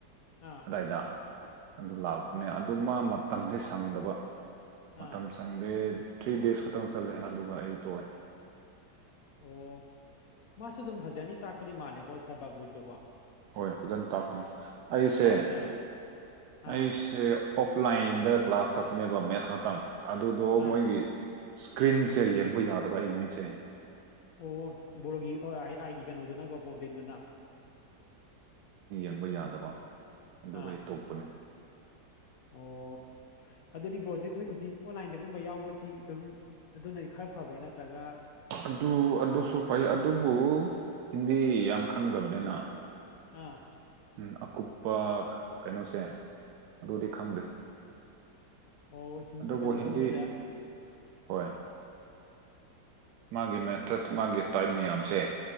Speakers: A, on the left; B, on the right.
A: ꯑꯥ
B: ꯑꯗꯥꯏꯗ ꯑꯗꯨ ꯂꯥꯛꯄꯅꯦ ꯑꯗꯨ ꯃꯥ ꯃꯇꯝꯁꯦ ꯁꯪꯗꯕ ꯃꯇꯝ
A: ꯑꯥ
B: ꯆꯪꯗꯦ ꯊ꯭ꯔꯤ ꯗꯦꯖ ꯈꯛꯇꯪ ꯆꯠꯂꯦ ꯑꯗꯨꯒ ꯑꯩ ꯇꯣꯛꯑꯦ
A: ꯑꯣ ꯃꯥꯁꯨ ꯑꯗꯨꯝ ꯐꯖꯅꯤ ꯇꯥꯛꯄꯅꯤ ꯃꯥꯜꯂꯀꯣ ꯁꯥꯔ ꯕꯥꯕꯨꯁꯨꯀꯣ
B: ꯍꯣꯏ ꯐꯖꯅ ꯇꯥꯛꯀꯅꯤ ꯑꯩꯁꯦ
A: ꯑꯥ ꯑꯥ
B: ꯑꯩꯁꯦ ꯑꯣꯐꯂꯥꯏꯟꯗ ꯀ꯭ꯂꯥꯁ ꯆꯠꯄꯅꯦꯕ ꯃꯦꯠꯁ ꯈꯛꯇꯪ ꯑꯗꯨꯗꯣ
A: ꯑꯥ
B: ꯃꯣꯏꯒꯤ ꯏꯁ꯭ꯀ꯭ꯔꯤꯟꯁꯦ ꯌꯦꯡꯕ ꯌꯥꯗꯕ ꯑꯩ ꯃꯤꯠꯁꯦ
A: ꯑꯣ ꯕꯔꯣꯒꯤ ꯑꯥꯏꯒꯤ ꯀꯩꯅꯣꯗꯨꯅꯀꯣ ꯄ꯭ꯔꯣꯕ꯭ꯂꯦꯝꯗꯨꯅ
B: ꯕ ꯌꯥꯗꯕ ꯑꯗꯨꯒ
A: ꯑꯥ
B: ꯑꯩ ꯇꯣꯛꯄꯅꯦ
A: ꯑꯣ ꯑꯗꯨꯗꯤ ꯕ꯭ꯔꯣ ꯍꯧꯖꯤꯛ ꯍꯧꯖꯤꯛ ꯑꯣꯟꯂꯥꯏꯟꯗ ꯑꯗꯨꯒꯨꯝꯕ ꯌꯥꯎꯕꯁꯤ ꯑꯗꯨꯝ ꯑꯗꯨꯅꯗꯤ ꯈꯔ ꯐꯕ꯭ꯔꯥ ꯅꯠꯇ꯭ꯔꯒ
B: ꯑꯗꯨ ꯑꯗꯨꯁꯨ ꯐꯩ ꯑꯗꯨꯕꯨ ꯍꯤꯟꯗꯤ ꯌꯥꯝ ꯈꯪꯗꯕꯅꯤꯅ
A: ꯑꯥ
B: ꯎ ꯑꯀꯨꯞꯄ ꯀꯩꯅꯣꯁꯦ ꯑꯗꯨꯗꯤ ꯈꯪꯗꯦ
A: ꯑꯣ ꯍꯤꯟ
B: ꯑꯗꯨꯕꯨ
A: ꯀꯩꯅꯣꯒꯪꯕꯖꯥ
B: ꯍꯤꯟꯗꯤ ꯍꯣꯏ ꯃꯥꯒꯤ ꯃꯦꯊꯠ ꯃꯥꯒꯤ ꯇꯥꯏꯞ ꯃꯌꯥꯝꯁꯦ